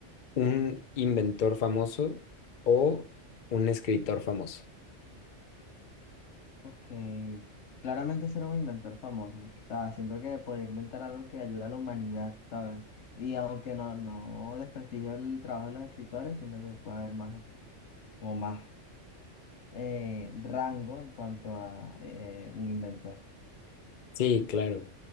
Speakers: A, on the left (about 50°); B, on the left (about 70°).
A: un inventor famoso o un escritor famoso?
B: ok. Claramente ser un inventor famoso. O sea, siento que podría inventar algo que ayude a la humanidad, ¿sabes? Y aunque no, no desprestigio el trabajo de los escritores, siento que puede haber más, como más eh, rango en cuanto a eh, un inventor.
A: Sí, claro.